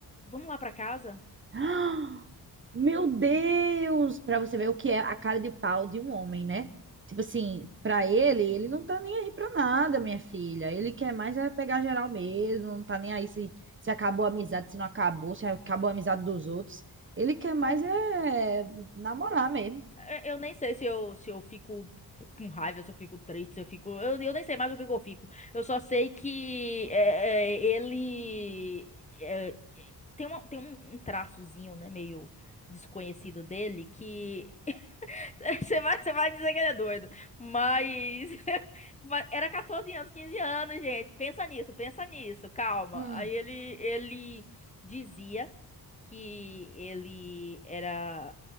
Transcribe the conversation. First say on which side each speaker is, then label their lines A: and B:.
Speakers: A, on the left (about 15°); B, on the right (about 30°).
A: vamos lá pra casa?
B: <gasps> Meu Deus! Pra você ver o que é a cara de pau de um homem, né? Tipo assim, pra ele, ele não tá nem aí pra nada, minha filha. Ele quer mais é pegar geral mesmo, não tá nem aí se, se acabou a amizade, se não acabou, se acabou a amizade dos outros. Ele quer mais
A: Ah,
B: é namorar mesmo.
A: é- Eu nem sei se eu, se eu fico com raiva, se eu fico triste, se eu fico. Eu, eu nem sei mais o que que eu fico. Eu só sei que é, é, ele. é, é, tem uma, tem um, um traçozinho, né, meio desconhecido dele, que <laughs> Você vai, você vai dizer que ele é doido. Mas, <laughs> mas era 14 anos, 15 anos, gente. Pensa nisso, pensa nisso, calma.
B: Hum.
A: Aí ele, ele dizia que ele era